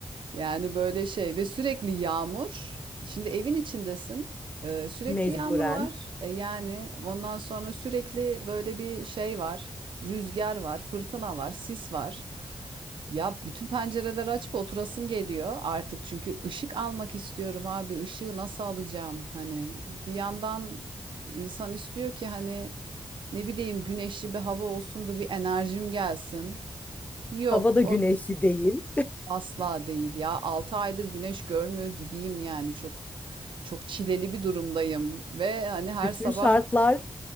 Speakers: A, on the right; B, on the left.
A: Yani böyle şey ve sürekli yağmur. Şimdi evin içindesin. Ee, sürekli
B: Mecburen.
A: yağmur var. E yani ondan sonra sürekli böyle bir şey var. Rüzgar var, fırtına var, sis var. Ya bütün pencereleri açıp oturasın geliyor artık çünkü ışık almak istiyorum abi. Işığı nasıl alacağım? Hani bir yandan insan istiyor ki hani ne bileyim güneşli bir hava olsun da bir enerjim gelsin. Yok,
B: Hava da
A: o
B: güneşli değil.
A: Asla değil ya. altı aydır güneş görmüyor gibiyim yani çok çok çileli bir durumdayım ve hani her
B: Bütün
A: sabah
B: şartlar,